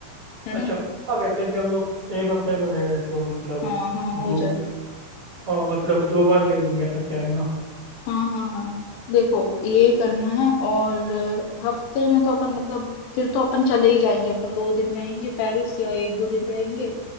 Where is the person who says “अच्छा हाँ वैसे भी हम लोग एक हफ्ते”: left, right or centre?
Right